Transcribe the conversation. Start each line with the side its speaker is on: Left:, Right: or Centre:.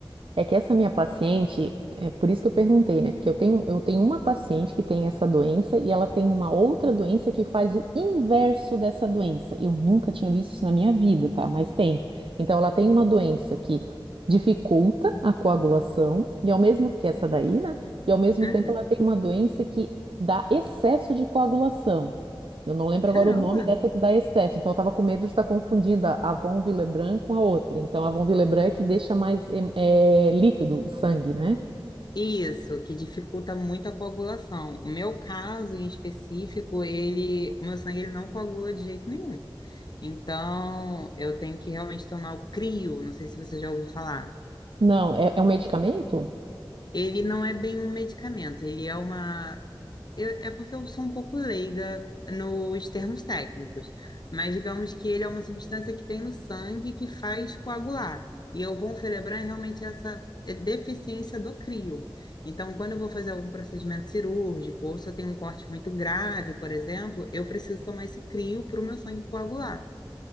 Right: É que essa minha paciente, é por isso que eu perguntei, né? Porque eu tenho, eu tenho uma paciente que tem essa doença e ela tem uma outra doença que faz o inverso dessa doença. Eu nunca tinha visto isso na minha vida, tá? Mas tem. Então, ela tem uma doença que dificulta a coagulação, e ao mesmo que essa daí, né? E ao mesmo
Left: Uhum.
Right: tempo ela tem uma doença que dá excesso de coagulação. Eu não lembro
Left: Caramba!
Right: agora o nome dessa que dá excesso, então eu estava com medo de estar confundindo a Avon Villebranc com a outra. Então, a Avon Villebranc é que deixa mais em- é, líquido o sangue, né?
Left: Isso, que dificulta muito a coagulação. O meu caso em específico, ele, o meu sangue ele não coagula de jeito nenhum. Então, eu tenho que realmente tomar o Crio, não sei se você já ouviu falar.
Right: Não, é, é um medicamento?
Left: Ele não é bem um medicamento, ele é uma Eu- é porque eu sou um pouco leiga nos termos técnicos, mas digamos que ele é uma substância que tem no sangue que faz coagular. E eu vou celebrar realmente essa eh, deficiência do crio. Então, quando eu vou fazer algum procedimento cirúrgico, ou se eu tenho um corte muito grave, por exemplo, eu preciso tomar esse crio para o meu sangue coagular.